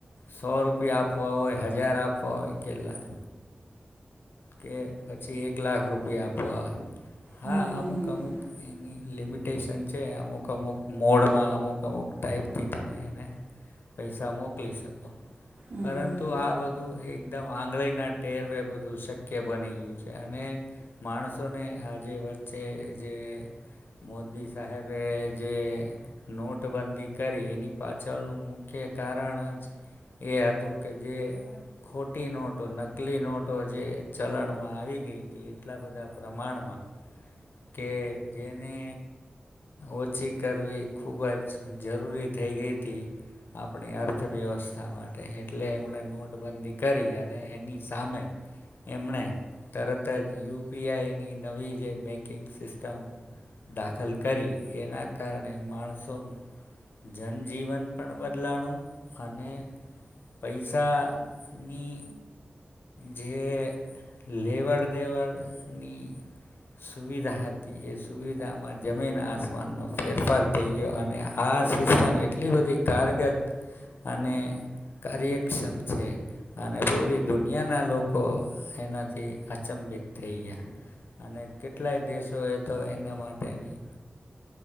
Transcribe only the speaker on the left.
સો રૂપિયા આપ પવા હોય હજાર આપવા હોય કે લાખ કે પછી એક લાખ રૂપિયા આપ પાય હા
અમુક અમુક
એની લિમિટ ટેશન છે અમુક અમુક મોડમાં અમુક અમુક ટાઈપથી તમે એને પૈસા મોકલી શકો,
પરંતુ
આ બધું એકદમ આંગળીના ટેરવે બધું શક કે બની ગયું છે અને માણસોને આ જે વચ્ચે જે મોદી સાહેબે જે નોટબંધી કરી એની પાછળનું મુખ્ય કારણ જ એ હતું કે જે ખોટી નોટો નકલી નોટો જે ચલણમાં આવી ગઈ તી એટલા બધા પ્રમાણમાં કે જેને ઓછી કરવી ખૂબ જ જરૂરી થઈ ગઈ તી, આપણી અર્થવ્યવસ્થા માટે, એટલે એમણે નોટબંધી કરી અને એની સામે એમણે તરત જ યુ પી આઈની નવી જે બેન્કિંગ સિસ્ટમ દાખલ કરી એના કારણે માણસોનું જનજીવન પણ બદલાણું અને પૈસાની જે લેવડ દેવડની સુવિધા હતી એ સુવિધામાં જમીન આસમાનનો ફેરફાર થઈ ગયો અને આ સિસ્ટમ એટલી બધી કારગત અને કાર્યક્ષમ છે અને પૂરી દુનિયાના લોકો એનાથી અચંભિત થઈ ગયા અને કેટલાય દેશોએ તો એના માટેની